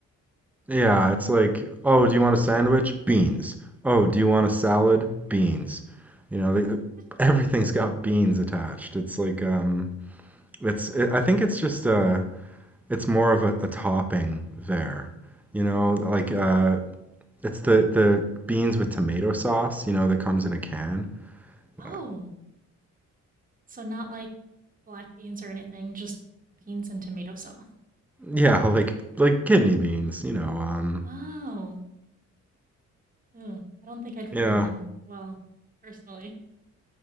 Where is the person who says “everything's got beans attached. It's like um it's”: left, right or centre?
Centre